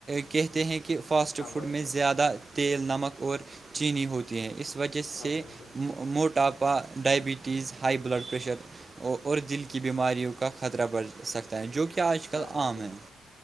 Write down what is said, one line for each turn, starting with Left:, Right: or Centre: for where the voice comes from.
Right: کہتے ہیں کہ کہ فاسٹ
Left: ہاں
Right: فوڈ
Left: بھائی جان
Right: میں زیادہ تیل نمک اور چینی ہوتی ہے اس وجہ سے
Left: ہاں بھائی جان
Right: مو اپا ڈائبٹیز ہائی بلڈ پریشر اور دل کی بیماریوں کا خطرہ بڑھ سکتا جو کہ آج کل
Left: ہاں بھائی
Right: عام
Left: جان
Right: ہے